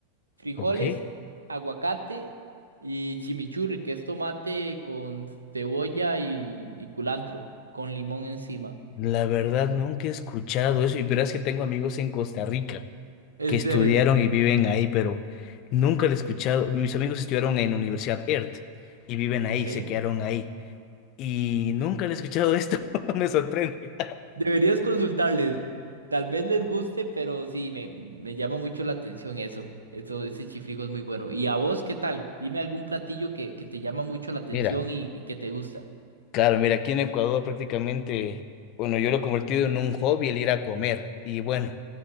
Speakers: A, on the right; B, on the left.
A: frijoles,
B: ok.
A: aguacate y chimichurri, que es tomate con cebolla y, y culantro, con limón encima.
B: La verdad nunca he escuchado eso y verás que tengo amigos en Costa Rica
A: ¿En
B: que estudiaron
A: serio?
B: y viven ahí, pero nunca lo he escuchado. Mis amigos estudiaron en la Universidad ERT y viven ahí,
A: Ok.
B: se quedaron ahí y nunca le he escuchado esto, <laughs> me sorprende.
A: Deberías consultarles. Tal vez les guste, pero sí, me, me llama mucho la atención eso. Eso, ese chifrijo es muy bueno. ¿Y a vos qué tal? Dime algún platillo que, que te llama mucho la atención
B: Mira,
A: y, y que te gusta.
B: claro, mira, aquí en Ecuador prácticamente, bueno, yo lo he convertido en un hobby el ir a comer y bueno,